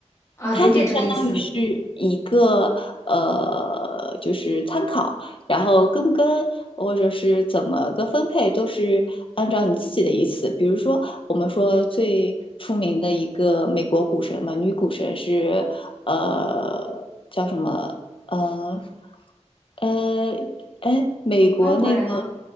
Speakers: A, on the left; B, on the left.
A: 啊，有点这个意思。
B: 它就相当于是一个呃，就是参考，然后跟不跟，或者是怎么个分配，都是按照你自己的意思。比如说，我们说最出名的一个美国股神嘛，女股神是呃叫什么？呃呃，哎，美国那个
A: 中国人吗？